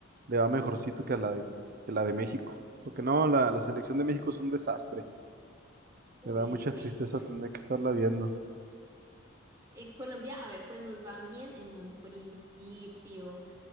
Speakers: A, on the right; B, on the right.
A: le va mejorcito que a la de, que la de México. Porque no, la, la selección de México es un desastre.
B: Uy,
A: Me da mucha
B: sí.
A: tristeza tener que estarla viendo.
B: En Colombia, a ver, pues nos va bien en un principio.